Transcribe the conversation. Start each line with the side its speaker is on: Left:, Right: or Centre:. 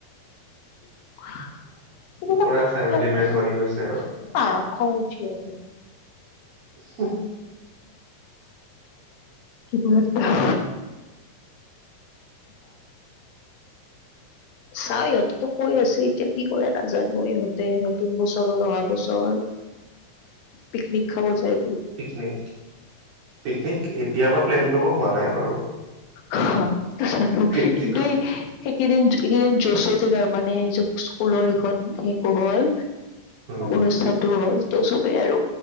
Left: <unintelligible>
Right: পুৰা ফেমিলি মেন বনি গৈছে আৰু হ <unintelligible>
Left: কি বতাহ চা ইহঁততো কৈ আছে। এতিয়া কি কৰে নাজানো। ইহঁতে নতুন বছৰ অহা বছৰ পিকনিক খাব জাই।
Right: পিকনিক পিকনিক এতিয়া পৰা প্লেন কৰিব হোৱা নাই বাৰু।
Left: অ, জানো
Right: প্ৰেক্টিকত
Left: কিন্তু এই সেইকেইদিন এইকেইদিন যচোত তাৰ মানে এইয স্কুলৰ এইখন সেইো হ'ল।
Right: উম
Left: অনুষ্ঠানটো হ'ল। ত চবেই আৰু